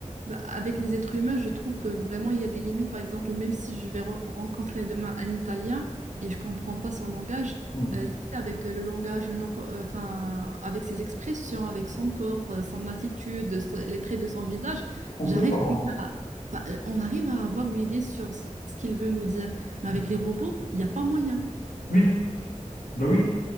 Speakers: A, on the right; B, on the left.
A: bah, avec les êtres humains, je trouve que vraiment il y a des limites. Par exemple, même si je vais re- rencontrer demain un Italien et je comprends pas son langage,
B: Hmm.
A: euh, tu sais, avec euh, le langage, non, co- euh, enfin, avec ses expressions, avec son corps, euh, son attitude, so- les traits de son visage,
B: On
A: j'arrive
B: peut savoir.
A: quand même à, enfin, euh, on arrive à avoir une idée sur ce qu'il veut nous dire. Mais
B: Hmm.
A: avec les robots, il n'y a pas moyen.
B: Oui, ben oui.